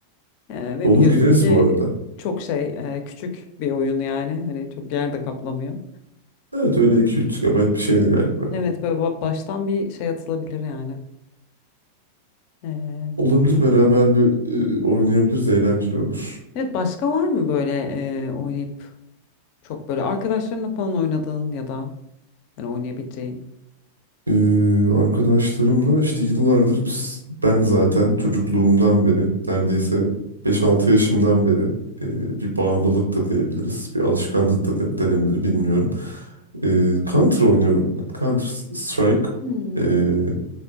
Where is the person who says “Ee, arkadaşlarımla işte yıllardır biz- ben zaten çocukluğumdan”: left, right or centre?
Right